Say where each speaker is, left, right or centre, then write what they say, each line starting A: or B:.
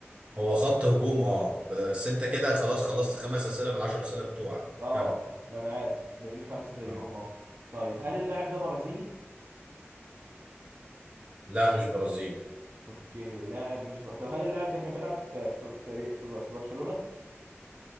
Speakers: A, on the right; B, on the right.
A: هو خط هجوم اه بس انت كده خلاص خلصت خمس اسئله من العشر اسئله بتوعك
B: اه
A: كم
B: ما انا عارف باقي لي خمسة زيهم
A: اه
B: اه طيب هل
A: مم.
B: اللاعب ده برازيلي
A: لا مش برازيلي
B: اوكي لاعب مش ب... طب هل اللاعب ده كان بيلعب في في في, ري- في, ب- في برشلونة